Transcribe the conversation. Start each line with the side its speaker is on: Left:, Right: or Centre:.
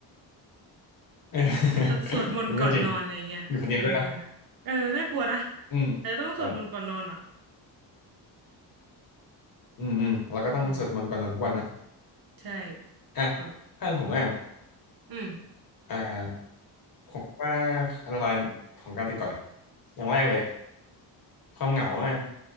Left: เออ <laughs>
Right: อาจจะต้องสวดมนต์ก่อนนอนอะไรเงี้ยเออ
Left: อันนี้ก็จริงอยู่คนเดียวด้วยนะ
Right: เออน่ากลัวนะ
Left: อืม
Right: อาจจะต้องสวดมนต์ก่อนนอนอ่ะ
Left: ต้องอืมอืมเราก็ต้องสวดมนต์ก่อนนอนทุกวันนะ
Right: อืมใช่
Left: อ่ะ
Right: แบบ
Left: ถ้าเป็นผมแล้วกัน
Right: อืม
Left: อ่าผมว่าอันตรายของการติดก่อนเนี่ยอย่างแรกเลยความเหงาอ่ะ